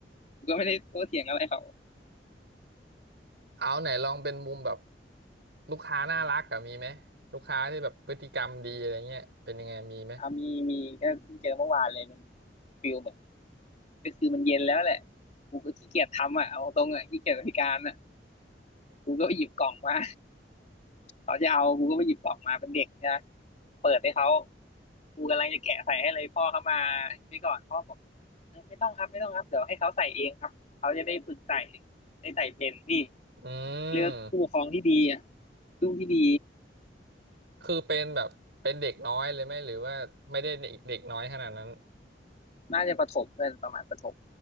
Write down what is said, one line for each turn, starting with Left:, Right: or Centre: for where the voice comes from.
Left: ก็ไม่ได้โต้เถียงอะไรเขา
Right: เอาไหนลองเป็นมุมแบบลูกค้าน่ารักกับมีไหมลูกค้าที่แบบพฤติกรรมดีอะไรเงี้ยเป็นยังไงมีไหม
Left: อ่ามีมีก็เพิ่งเจอเมื่อวานเลยมันฟิลเหมือนก็คือมันเย็นแล้วแหละกูก็ขี้เกียจทำอ่ะเอาตรงอ่ะขี้เกียจบริการอ่ะกูก็ไปหยิบกล่องมาเขาจะเอากูก็ไปหยิบกล่องมาเป็นเด็กนะเปิดให้เขากูกำลังจะแกะใส่ให้เลยพ่อเขามาไปก่อนพ่อบอกเออไม่ต้องครับไม่ต้องครับเดี๋ยวให้เขาใส่เองครับเขาจะได้ฝึกใส่ได้ใส่เป็นนี่
Right: <laughs> อื
Left: เลือกผู้ปกครองที่ดีอ่ะ
Right: ม
Left: ลูกที่ดี
Right: คือเป็นแบบเป็นเด็กน้อยเลยไหมหรือว่าไม่ได้เด็กเด็กน้อยขนาดนั้น
Left: น่าจะประถมเพื่อนประมาณประถม